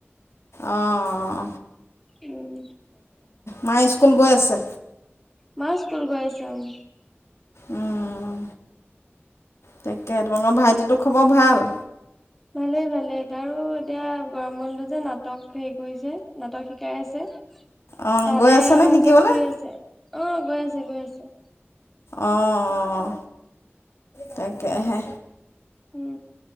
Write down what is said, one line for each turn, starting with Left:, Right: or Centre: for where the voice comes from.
Left: আহ
Centre: উম
Left: মায়ে স্কুল গৈ আছে।
Centre: মা স্কুল গৈ আছো উম।
Left: অউ, তাকে ত আঙৰ ভাইটিটো খবৰ ভাল।
Centre: ভালে ভালেই তাৰো এতিয়া গৰম বন্ধ যে নাটক হেৰি কৰিছে নাটক শিকাই আছে।
Left: অঁ
Centre: তালৈ
Left: গৈ আছেনে
Centre: অহা
Left: শিকিবলৈ
Centre: যোৱা কৰি আছে অ গৈ আছে গৈ আছে।
Left: আহ তাকেহে
Centre: উম